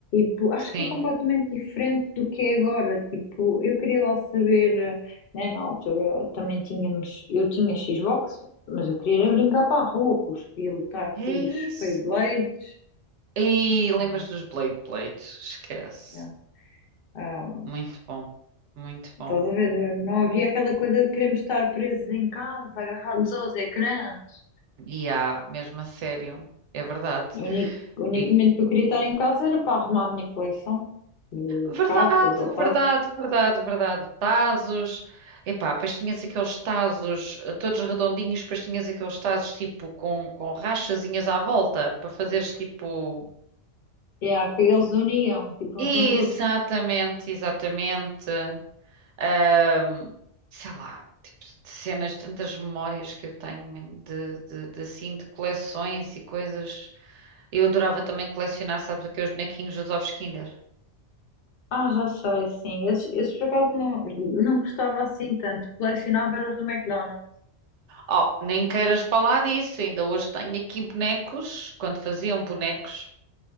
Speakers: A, on the left; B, on the right.
A: Tipo, acho
B: Sim,
A: que é completamente diferente do que é agora. Tipo, eu queria lá saber, eh, né, na altura também tínhamos. Eu tinha Xbox, mas eu queria era brincar para a rua com os filhos, lutar
B: é
A: com
B: isso.
A: os Beyblades.
B: E
A: Pois,
B: lembras dos Blade Blades? Esquece.
A: já. Ah,
B: Muito bom, muito bom.
A: estás a ver? Não havia aquela coisa de queremos estar presos em casa, agarrados aos ecrãs.
B: E há, mesmo a sério, é verdade.
A: O único, o único
B: E,
A: momento que eu queria estar em casa era para arrumar a minha coleção de,
B: verdade,
A: de cartas ou tazos.
B: verdade, verdade, verdade. Tazos. Epá, depois tinhas aqueles tazos eh, todos redondinhos, depois tinhas aqueles tazos tipo com, com rachazinhas à volta para fazeres tipo.
A: E há que eles uniam, tipo,
B: Exatamente,
A: uns nos outros.
B: exatamente. Ahm, sei lá, tipo de cenas, tantas memórias que eu tenho man, de, de, de assim, de coleções e coisas. Eu adorava também colecionar, sabes, o que? é, Os bonequinhos dos ovos Kinder.
A: Ah, já sei, sim. Esses, esses por acaso não, não gostava assim tanto. Colecionava era os do McDonald's.
B: Oh, nem queiras falar disso. Ainda hoje tenho aqui bonecos. Quando faziam bonecos,